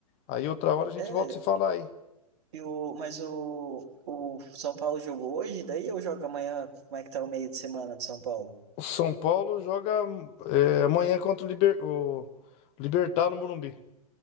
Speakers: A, on the left; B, on the right.
A: Aí outra hora a gente
B: é,
A: volta a se falar aí.
B: E o, mas o, o São Paulo jogou hoje, daí eu jogo amanhã? Como é que tá o meio de semana de São Paulo?
A: O São Paulo joga é, amanhã contra o, Liber- o Libertad no Morumbi.